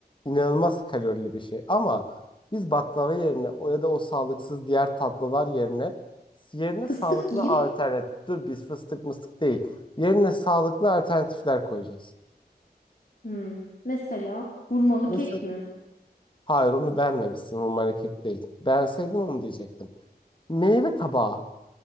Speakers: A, on the left; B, on the left.
A: inanılmaz kalorili bir şey. Ama biz baklava yerine o ya da o sağlıksız diğer tatlılar yerine yerine
B: Fıstık
A: sağlıklı
B: yiyeyim.
A: alternatif. Dur biz fıstık mıstık değil. Yerine sağlıklı alternatifler koyacağız.
B: Hmm. Mesela vurmalı
A: Mesela
B: kek mi?
A: hayır onu beğenmemişsin. Hurmalı kek değil. Beğenseydim onu diyecektim. Meyve tabağı.